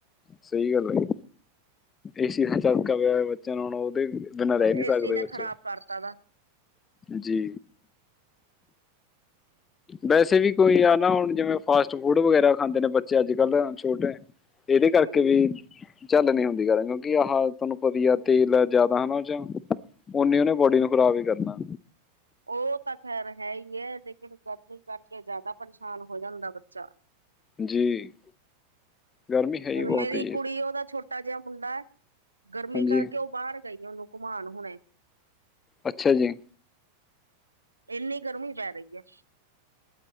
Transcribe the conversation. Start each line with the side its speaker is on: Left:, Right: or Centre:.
Left: ਸਈ ਗਾੱਲ ਐ। ਏਸੀ ਦਾ ਚਸਕਾ ਪੇਆ ਬੱਚੇਆਂ ਨੂੰ, ਹੁਨ ਓਦੇ ਬਿਨਾਂ
Right: ਬਸ
Left: ਰੈਅ ਨੀ
Right: ਏਸੀ
Left: ਸਕਦੇ
Right: ਨੇ
Left: ਬੱਚੇ।
Right: ਖ਼ਰਾਬ ਕਰਤਾ ਗਾ।
Left: ਜੀ। ਵੈਸੇ ਵੀ ਕੋਈ ਆ ਨਾ ਹੁਨ ਜਿਵੇਂ ਫਾਸਟ ਫੂਡ ਵਗੈਰਾ ਖਾਂਦੇ ਨੇ ਬੱਚੇ ਅੱਜ-ਕੱਲ ਛੋਟੇ ਏਦੇ ਕਾਰਕੇ
Right: ਹਮ
Left: ਵੀ ਝੱਲ ਨੀ ਹੁੰਦੀ ਗਰਮ, ਕਿਉਂਕਿ ਆਹ ਤੁਆਨੂੰ ਪਵੀ ਆ ਤੇਲ ਜਾਦਾ ਨਾ ਓ ਚੋਂ ਓਨੀ ਓਨੇ ਬੋਡੀ ਨੂੰ ਖ਼ਰਾਬ ਈ ਕਰਨਾ।
Right: ਓ ਤਾਂ ਖੈਰ ਹੈ ਈ ਏ, ਲੇਕਿਨ ਗਰਮੀ ਕਾਰਕੇ ਜਾਦਾ ਪਰੇਸ਼ਾਨ ਹੋ ਜਾਂਦਾ ਬੱਚਾ।
Left: ਜੀ ਗਰਮੀ ਹੈ ਹੀ
Right: ਹੁਨ
Left: ਬਹੁਤ
Right: ਮੇਰੀ
Left: ਹੈ ਜੀ
Right: ਕੁੜੀ ਓਦਾ ਛੋਟ ਚਿੱਟਾ ਜੇਆ ਮੁੰਡਾ ਐ, ਗਰਮੀ
Left: ਹਾਂਜੀ
Right: ਕਾਰਕੇ ਓ ਬਾਰ ਗਈ ਏ ਓਨੂੰ ਘੁਮਾਨ ਹੁਣੇ।
Left: ਅੱਛਾ ਜੀ।
Right: ਏੱਨੀ ਗਰਮੀ ਪੈ ਰਈ ਐ!